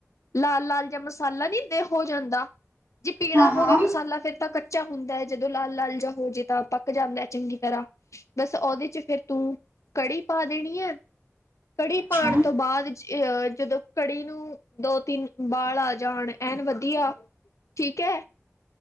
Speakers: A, on the left; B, on the right.
A: ਲਾਲ ਲਾਲ ਜਾ ਮਸਾਲਾ ਨੀ ਹੋ ਜਾਂਦਾ ਜੇ ਪੀਲਾ
B: ਹਾਂ ਹਾਂ
A: ਹੋਵੇ ਮਸਾਲਾ ਫੇਰ ਤਾਂ ਕ ਕੱਚਾ ਹੁੰਦਾ। ਜਦੋਂ ਲਾਲ ਲਾਲ ਜਾ ਹੋਜੇ ਤਾਂ ਪੱਕ ਜਾਂਦਾ ਚੰਗੀ ਤਰ੍ਹਾਂ। ਬਸ ਉਹਦੇ ਚ ਫੇਰ ਤੂੰ ਕੜੀ ਪਾ ਦੇਣੀ ਐ। ਕੜੀ
B: ਅੱਛਾ
A: ਪਾਉਣ ਤੋਂ ਬਾਅਦ। ਅ ਜਦੋਂ ਕੜੀ ਨੂੰ ਦੋ ਤਿੰਨ ਬਾਲ ਆ ਜਾਣ ਐਨ ਵਧੀਆ। ਠੀਕ ਐ।